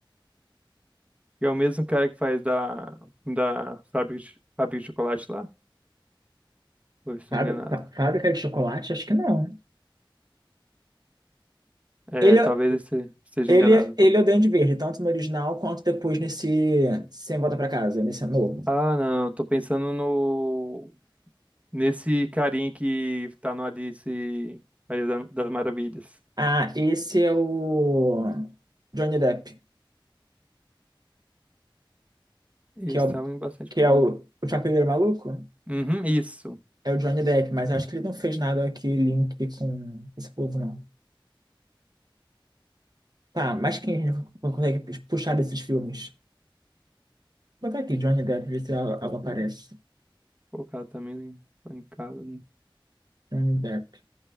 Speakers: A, on the right; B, on the right.
A: E é o mesmo cara que faz da, da fábrica de, fábrica de chocolate lá? Ou eu estou
B: Fábri-
A: enganado?
B: Fá- Fábrica de chocolate? Acho que não.
A: É,
B: Ele,
A: talvez eu este- esteja
B: ele,
A: enganado, então.
B: ele é o Duende Verde, tanto no original quanto depois nesse Sem Volta Pra Casa, nesse novo.
A: Ah, não, eu tô pensando no nesse carinha que tá no Alice Alice da- das Maravilhas.
B: Ah, esse é o Johnny Depp,
A: Esse
B: que é o,
A: tava em bastante
B: que
A: filme,
B: é o,
A: né?
B: o Chapeleiro Maluco.
A: Uhum, isso.
B: É o Johnny Depp, mas eu acho que ele não fez nada que link com esse povo, não. Tá, mas quem a gente consegue puxar desses filmes? Bota aqui, Johnny Depp, ver se algo algo aparece.
A: É, colocar também lá em casa. né?
B: Johnny Depp.